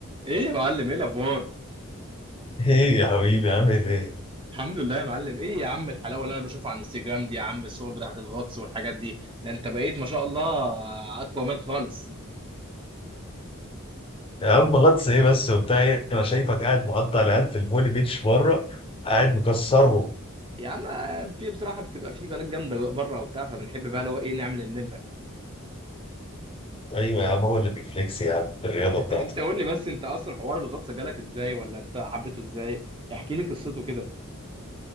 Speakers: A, on the right; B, on the left.
A: ايه يا معلم ايه الاخبار
B: ايه يا حبيبي عامل ايه؟
A: الحمد لله يا معلم ايه يا عم الحلاوه اللي انا بشوفها على الانستجرام دي يا عم الصور بتاعت الغطس والحاجات دي ده انت بقيت ما شاء الله اقوى مان خالص
B: يا عم غطس ايه بس وبتاع ايه؟ انا شايفك قاعد مقطع العيال في الفولي بيتش بره قاعد مكسرهم
A: يا عم في بصراحه بتبقى في بنات جامده بره وبتاع فبنحب بقى اللي هو ايه نعمل النمره
B: ايوه يا عم هو اللي بيفليكس يا عم بالرياضه
A: <laughs>
B: بتاعته
A: انت قول لي بس انت اصلا حوار الغطس جالك ازاي ولا انت حبيته ازاي احكي لي قصته كده